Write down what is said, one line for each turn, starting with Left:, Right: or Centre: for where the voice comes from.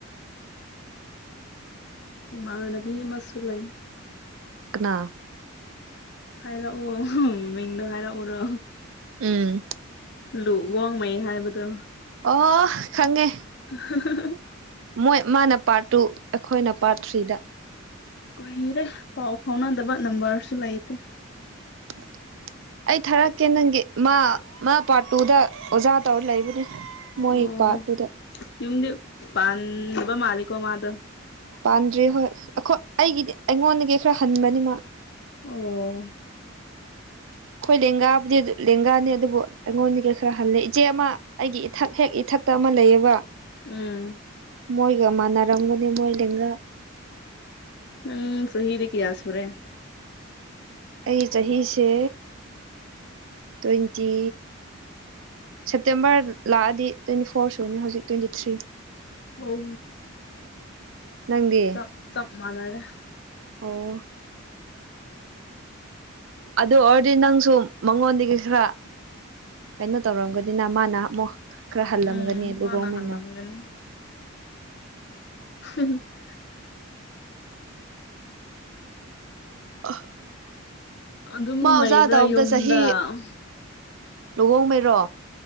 Left: ꯏꯃꯥꯟꯅꯕꯤ ꯑꯃꯁꯨ ꯂꯩ
Right: ꯀꯅꯥ
Left: ꯍꯥꯏꯔꯛꯎꯑꯣ ꯃꯤꯡꯗꯣ ꯍꯥꯏꯔꯛꯎꯔꯣ
Right: ꯎꯝ
Left: ꯂꯨ ꯋꯣꯡꯃꯩ ꯍꯥꯏꯕꯗꯨ
Right: ꯑꯣ ꯈꯪꯉꯦ
Left: <unintelligible>
Right: ꯃꯣꯏ ꯃꯥꯅ ꯄꯥꯔꯠ ꯇꯨ ꯑꯩꯈꯣꯏꯅ ꯄꯥꯔꯠ ꯊ꯭ꯔꯤꯗ
Left: ꯀꯨꯏꯔꯦ ꯄꯥꯎ ꯐꯥꯎꯅꯗꯕ ꯅꯝꯕꯔꯁꯨ ꯂꯩꯥꯇꯦ
Right: <inaudible> ꯑꯩ ꯊꯥꯔꯛꯀꯦ ꯅꯪꯒꯤ ꯃꯥ ꯃꯥ ꯄꯥꯔꯠ ꯇꯨꯗ ꯑꯣꯖꯥ ꯇꯧꯔ ꯂꯩꯕꯅꯦ ꯃꯣꯏ
Left: ꯑꯣ
Right: ꯄꯥꯠꯇꯨꯗ
Left: ꯌꯨꯝꯗꯤ ꯄꯥꯟꯕ ꯃꯥꯂꯤꯛꯣ ꯃꯥꯗꯣ
Right: ꯄꯥꯟꯗ꯭ꯔꯤ ꯍꯣꯏ ꯑꯩꯈꯣꯏ ꯑꯩꯒꯤꯗꯤ ꯑꯩꯉꯣꯟꯗꯒꯤ ꯈꯔ ꯍꯟꯕꯅꯤ ꯃꯥ
Left: ꯑꯣ
Right: ꯑꯩꯈꯣꯏ ꯂꯦꯡꯒꯥꯕꯨꯗꯤ ꯑꯗꯨ ꯂꯦꯡꯒꯥꯅꯤ ꯑꯗꯨꯕꯨ ꯑꯩꯉꯣꯟꯗꯒꯤ ꯈꯔ ꯍꯜꯂꯦ ꯏꯆꯦ ꯑꯃ ꯑꯩꯒꯤ ꯏꯊꯛ ꯍꯦꯛ ꯏꯊꯛ ꯇ ꯑꯃ ꯂꯩꯌꯦꯕ
Left: ꯎꯝ
Right: ꯃꯣꯏꯒ ꯃꯥꯟꯅꯔꯝꯒꯅꯤ ꯃꯣꯏ ꯂꯦꯡꯒ
Left: ꯎꯪ ꯁꯍꯤꯗ ꯀꯌꯥ ꯁꯨꯔꯦ
Right: ꯑꯩ ꯆꯍꯤꯁꯦ ꯇ꯭ꯋꯦꯟꯇꯤ ꯁꯦꯞꯇꯦꯝꯕꯔ ꯂꯥꯛꯑꯗꯤ ꯇ꯭ꯋꯦꯟꯇꯤ ꯐꯣꯔ ꯁꯨꯅꯦ ꯍꯧꯖꯤꯛ ꯇ꯭ꯋꯦꯟꯇꯤ ꯊ꯭ꯔꯤ
Left: ꯑꯣ
Right: ꯅꯪꯗꯤ
Left: ꯆꯞ ꯆꯞ ꯃꯥꯟꯅꯔꯦ
Right: ꯑꯣ ꯑꯗꯨ ꯑꯣꯏꯔꯗꯤ ꯅꯪꯁꯨ ꯃꯉꯣꯟꯗꯒꯤ ꯈꯔ ꯀꯩꯅꯣ ꯇꯧꯔꯝꯒꯅꯤꯅ ꯃꯥꯅ ꯑꯃꯨꯛ ꯈꯔ ꯍꯜꯂꯝꯒꯅꯤ
Left: ꯎꯝ ꯃꯥꯅ
Right: ꯂꯨꯍꯣꯡꯉꯦꯅ
Left: <unintelligible> <unintelligible>
Right: ꯑ
Left: ꯑꯗꯨꯝ
Right: ꯃꯥ ꯑꯣꯖꯥ
Left: ꯂꯩꯕ꯭ꯔꯥ
Right: ꯇꯧꯕꯗꯣ
Left: ꯌꯨꯝꯗ
Right: ꯆꯍꯤ ꯂꯨꯍꯣꯡꯉꯩꯔꯣ